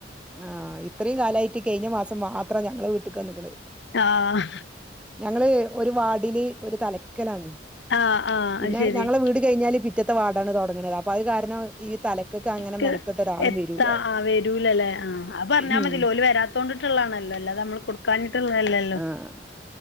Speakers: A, in the centre; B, on the left.
A: ആഹ് ഇത്രിം കാലായിട്ട് കഴിഞ്ഞ മാസം മാത്രം ഞങ്ങള വീട്ടിൽക്ക് വന്ന്ക്ക്ണ്
B: ആഹ്
A: ഞങ്ങള് ഒരു വാഡില് ഒരു തലക്കലാണ്
B: ആഹ് ആഹ്
A: പിന്നെ
B: അത് ശെരി
A: ഞങ്ങള വീട് കഴിഞ്ഞാല് പിറ്റത്തെ വാഡാണ് തുടങ്ങണത് അപ്പൊ അത് കാരണം ഈ തലക്കൊക്കെ അങ്ങനെ
B: ക്ക്
A: മെനക്കെട്ട് ഒരാളും
B: എത്താ
A: വരൂല
B: ആ വരൂലല്ലേ ആഹ് അത് പറഞ്ഞാൽ
A: ഉം
B: മതിയല്ലോ ഓല് വരാ തോണ്ടട്ടുള്ളതാണല്ലോ അല്ലത നമ്മള് കൊടുക്കാനിട്ടുള്ളതല്ലല്ലോ
A: ആഹ്